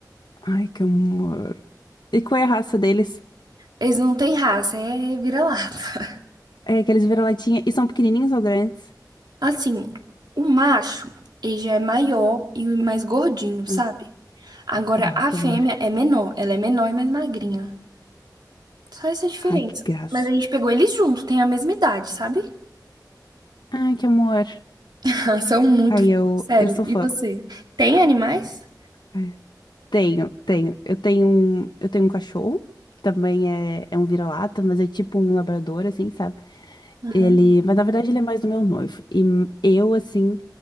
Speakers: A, on the left; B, on the right.
A: Ai, que amor. E qual é a raça deles?
B: Eles não têm raça, é vira-lata.
A: É que eles viram latinha e são pequenininhos ou grandes?
B: Assim, o macho, ele já é maior e mais gordinho, sabe?
A: Ah,
B: Agora,
A: Ai,
B: a
A: que
B: fêmea
A: amor.
B: é menor, ela é menor e mais magrinha. Só essa diferença.
A: Ai, que graça.
B: Mas a gente pegou eles junto, tem a mesma idade, sabe?
A: Ai, que amor.
B: <laughs> São muito
A: Ai, eu,
B: fofos, sério.
A: eu sou
B: E
A: fã.
B: você? Tem animais?
A: É. Tenho, tenho. Eu tenho um, eu tenho um cachorro. Também é, é um vira-lata, mas é tipo um labrador, assim, sabe?
B: Uhum.
A: Ele, mas na verdade ele é mais do meu noivo. E m- eu, assim,